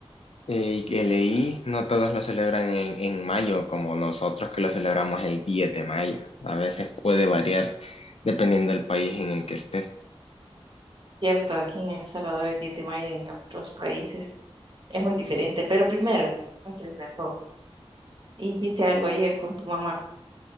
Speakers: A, on the left (about 75°); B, on the right (about 50°).
A: eh, y que leí, no todos lo celebran en, en mayo, como nosotros que lo celebramos el 10 de mayo. A veces puede variar dependiendo del país en el que estés.
B: Cierto, aquí en El Salvador el 10 de mayo y en otros países es muy diferente, pero primero, antes de todo, hiciste algo ayer con tu mamá,